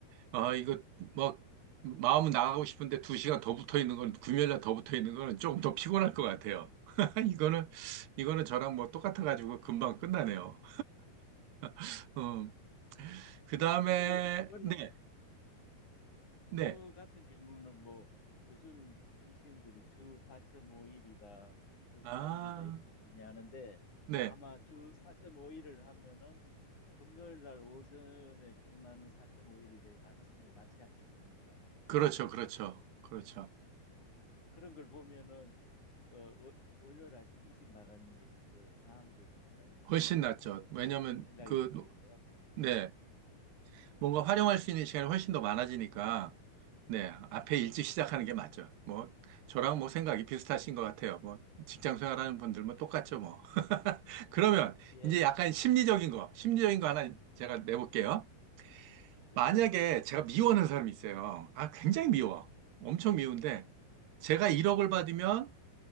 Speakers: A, on the right (about 85°); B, on the left (about 50°).
A: 아, 이거
B: 예.
A: 뭐, 마음은 나가고 싶은데 2시간 더 붙어 있는 건, 금요일날 더 붙어 있는 거는 조금 더 피곤할 것 같아요. <laughs> 이거는, 이거는
B: 네,
A: 저랑 뭐 똑같아가지고 금방 끝나네요. <laughs>
B: 예.
A: 음, 그
B: 그래,
A: 다음에,
B: 그 그거는
A: 네,
B: 그거
A: 네.
B: 같은 경우는 뭐 요즘 정치인들이 주 4.5일이다, 주 4일이다
A: 아,
B: 이렇게 많이 하는데
A: 네.
B: 아마 주 4.5일을 하면은 금요일 날 오전에 끝나는 4.5일이 될 가능성이 많지 않겠습니까?
A: 그렇죠. 그렇죠. 그렇죠.
B: 예. 그런 걸 보면은 어, 월- 월요일 아침 일찍 나가는 게 좀 더 나은 것 같다는
A: 훨씬 낫죠.
B: 화- 그
A: 왜냐면
B: 생각이
A: 그,
B: 드는데요.
A: 네. 뭔가 활용할 수 있는 시간이 훨씬 더 많아지니까, 네, 앞에 일찍 시작하는 게 맞죠. 뭐, 저랑 뭐
B: 예,
A: 생각이 비슷하신 것 같아요. 뭐, 직장 생활하는 분들
B: 예,
A: 뭐 똑같죠, 뭐. <laughs> 그러면
B: 예,
A: 이제
B: 제-
A: 약간 심리적인 거, 심리적인 거 하나 제가 내볼게요.
B: 네,
A: 만약에 제가 미워하는 사람이 있어요. 아, 굉장히 미워.
B: 예,
A: 엄청 미운데, 제가 1억을 받으면